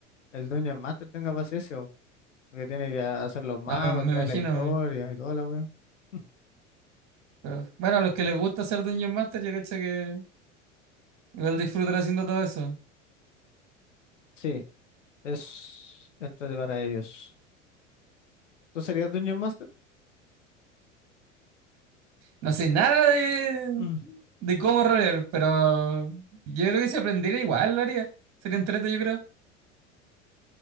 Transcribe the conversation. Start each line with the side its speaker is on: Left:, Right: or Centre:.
Left: el Dungeon Master tenga paciencia, po, porque tiene que hacer los mapas,
Right: No, me, me
Left: crear
Right: imagino.
Left: la historia y toda la weá. <laughs>
Right: pero- bueno, a los que les gusta hacer Dungeon Master, yo cacho que igual disfrutan haciendo todo eso.
Left: Sí, es entrete para ellos. ¿Tú serías Dungeon Master?
Right: No sé nada de,
Left: Mm.
Right: de cómo rolear, pero yo creo que si aprendiera igual lo haría. Sería entrete, yo creo.